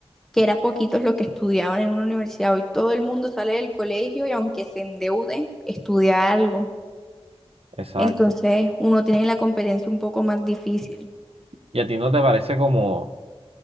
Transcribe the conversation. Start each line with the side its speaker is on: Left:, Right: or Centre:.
Centre: que era poquitos los que estudiaban en una universidad. Hoy todo el mundo sale del colegio y aunque se endeude, estudia algo.
Right: Exacto.
Centre: Entonces uno tiene la competencia un poco más difícil.
Right: ¿Y a ti no te parece como